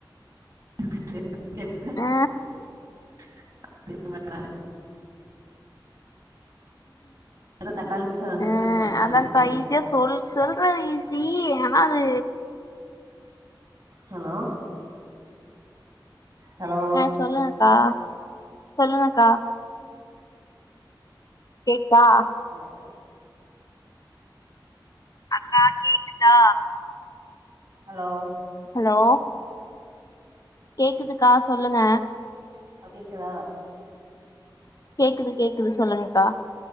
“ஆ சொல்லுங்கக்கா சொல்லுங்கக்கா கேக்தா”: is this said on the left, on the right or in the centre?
Left